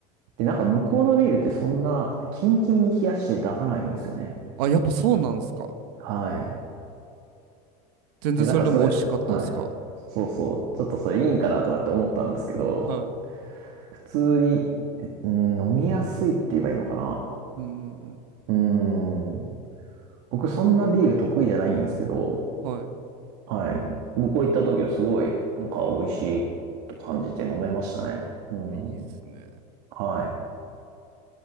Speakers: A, on the right; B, on the right.
A: で、なんか向こうのビールってそんなキンキンに冷やして出さないんですよね。
B: あ、やっぱそうなんですか。
A: はい。
B: 全然それでも美味しかったですか。
A: で、なんかそれ、はい。そうそう。ちょっとそれいいんかなとかって思ったんですけど、
B: はい。
A: 普通に、うん、飲みやすいって言えばいいのか
B: うんうん
A: な。うん。僕そんなビール得意じゃないんですけど、
B: うん。はい。
A: はい。向こう行った時はすごい、なんか美味しいと感じて飲めましたね。うん。
B: いいっすね。
A: はい。